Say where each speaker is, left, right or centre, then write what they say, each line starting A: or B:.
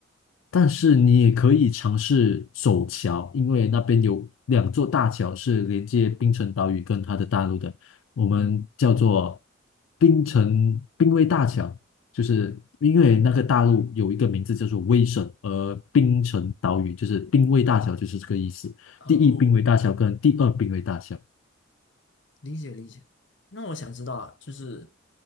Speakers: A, on the left (about 75°); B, on the left (about 60°).
A: 但是你也可以尝试走桥，因为那边有两座大桥是连接槟城岛屿跟它的大陆的，我们叫做
B: 嗯，
A: 槟城槟威大桥，就是因为那个大陆有一个名字叫做威省，而槟城岛屿就是槟威大桥就是这个意思。
B: 哦。
A: 第一濒危大桥跟第二濒危大桥。
B: 理解理解。那我想知道啊，就是，